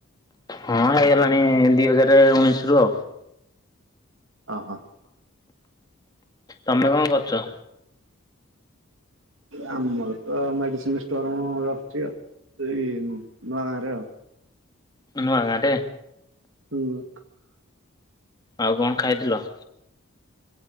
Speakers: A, on the left; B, on the right.
A: ହଁ ହେଇଗଲାଣି ଦି ହଜାର ଉଣେଇଶ ରୁ ଆଉ।
B: ଓହୋ।
A: ତମେ କଣ କରୁଛ?
B: ଆମର ତ ମେଡିସିନ ଷ୍ଟୋର ମୁ ରଖୁଛି ଆଉ ଏଇ ନୂଆ ଗାଁ ରେ ଆଉ।
A: ନୁଆ ଗାଁ ରେ।
B: ହୁଁ।
A: ଆଉ କଣ ଖାଇଥିଲ?